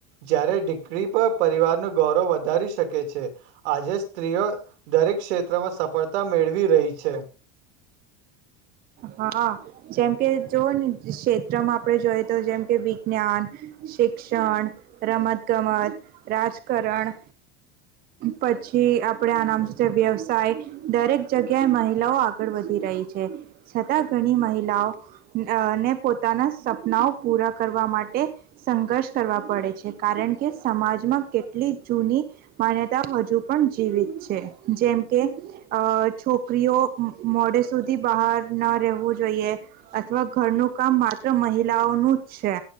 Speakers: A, on the right; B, on the right.
A: જયારે દીકરી પર પરિવારનું ગૌરવ વધ ધારી શકે છે. આજે સ્ત્રીઓ દરેક ક્ષેત્રમાં સફળતા મેળવી રહી છે.
B: હા. જેમ કે જોઓની ક્ષેત્રમાં આપણે જોઈએ તો જેમ કે વિજ્ઞાન, શિક્ષણ, રમત ગમત, રાજકારણ, પછી આપણેે આ નામ શુ છે, વ્યવસાય દરેક જગ્યાએ મહિલાઓ આગળ વધી રહી છે. છતાં ઘણી મહિલાઓને પોતાના સપનાઓ પૂરા કરવા માટે સંઘર્ષ કરવા પડે છે. કારણ કે સમાજમાં કેટલી જૂની માન્યતાઓ હજુ પણ જીવિત છે. જેમકે અ છોકરીઓ મો મોડે સુધી બહાર ન રહેવું જોઈએ. અથવા ઘરનું કામ માત્ર મહિલાઓનું જ છે.